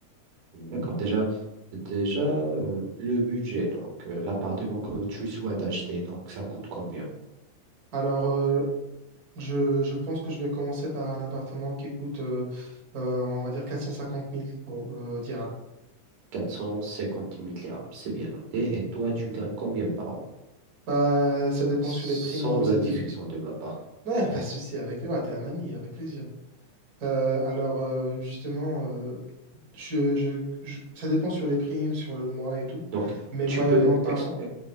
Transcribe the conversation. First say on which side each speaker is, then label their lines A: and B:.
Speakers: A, on the right; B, on the right.
A: D'accord. Déjà, déjà euh, le budget, donc euh, l'appartement que tu souhaites acheter, donc ça coûte combien?
B: Alors, euh, Je, je pense que je vais commencer par un appartement qui coûte, euh, euh, on va dire, 450 000 oh, euh, dirhams.
A: 450 milliards. C'est bien noté. Et toi, tu gagnes combien par an?
B: Bah, ça dépend
A: Sans
B: sur les primes. Ça
A: indication
B: dé-
A: de ma part.
B: Non, y a pas de souci avec toi. t'es un ami, avec plaisir. Euh, alors, euh, justement, euh, je, je, je- ça dépend sur les primes, sur le mois et tout,
A: Donc,
B: mais
A: tu
B: moyennement
A: peux,
B: parlant,
A: ex- euh,